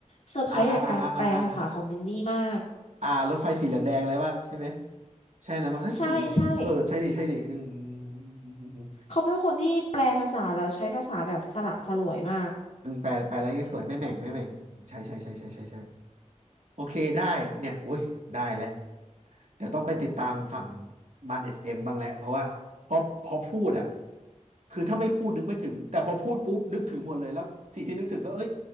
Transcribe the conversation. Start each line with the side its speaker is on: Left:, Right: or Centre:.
Left: เซอร์ไพรส์กับการแปลภาษาของมินนี่มาก
Right: อ่าอ่าอ่าอ่าอ่าอ่าอ่ารถไฟสีเหลืองแดงอะไรป่ะใช่ไหมใช่นะป่ะเฮ้ยคนเออใช่ดิใช่ดิอืมอื
Left: ใช่ใช่
Right: มอืมอืมอืมอืม
Left: เขาเป็นคนที่แปลภาษาแล้วใช้ภาษาแบบสละสลวยมาก
Right: อืมแปลแปลอะไรสวยไม่แหม่งไม่แหม่งใช่ใช่ใช่ใช่ใช่ใช่ โอเคได้เนี่ยอุ้ยได้แล้วเดี๋ยวต้องไปติดตามฝั่งบ้านเอสเอ็มบ้างแล้วเพราะว่าพอพอพูดอ่ะคือถ้าไม่พูดนึกไม่ถึง แต่พอพูดปุ๊บนึกถึงหมดเลย แล้วสิ่งที่นึกถึงก็เอ้ย